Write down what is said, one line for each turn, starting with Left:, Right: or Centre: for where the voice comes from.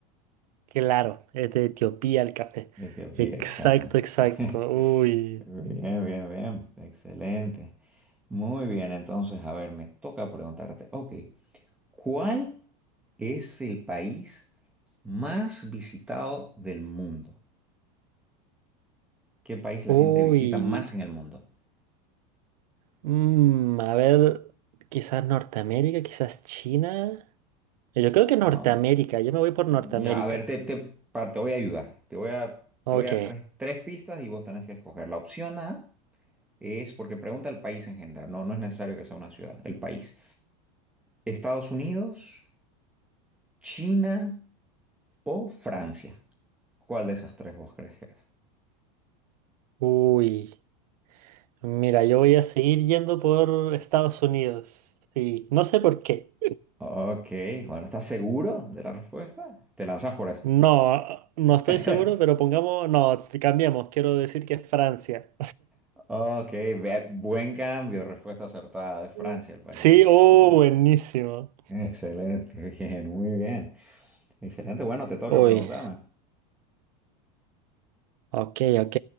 Right: claro, es de Etiopía el café.
Centre: Etiopía,
Right: Exacto,
Centre: exacta.
Right: exacto.
Centre: <laughs>
Right: Uy,
Centre: Bien, bien, bien. Excelente. Muy bien, entonces, a ver, me toca preguntarte, ok, ¿cuál es el país más visitado del mundo? ¿Qué país la
Right: uy.
Centre: gente visita más en el mundo?
Right: Mm, a ver, quizás Norteamérica, quizás China. Yo creo que Norteamérica.
Centre: Um,
Right: Yo me voy por
Centre: ya,
Right: Norteamérica.
Centre: a ver, te, te, pa- te voy a ayudar. Te voy a,
Right: Ok.
Centre: te voy a dar tres, tres pistas y vos tenés que escoger. La opción A es porque pregunta el país en general. No, no es necesario que sea una ciudad, el país. Estados Unidos, China o Francia. ¿Cuál de esas tres vos crees que es?
Right: Uy. Mira, yo voy a seguir yendo por Estados Unidos. Sí, no sé por qué.
Centre: Ok, bueno, ¿estás seguro de la respuesta? Te lanzás por eso.
Right: No, no estoy
Centre: <laughs>
Right: seguro, pero pongamos, no, cambiamos. Quiero decir que es Francia.
Centre: Ok, ve- buen cambio, respuesta acertada de Francia,
Right: Mm.
Centre: el país
Right: Sí,
Centre: más visitado
Right: oh,
Centre: del mundo.
Right: buenísimo.
Centre: Excelente, <laughs> bien, muy bien. Excelente, bueno, te toca
Right: Uy,
Centre: preguntarme.
Right: ok, ok.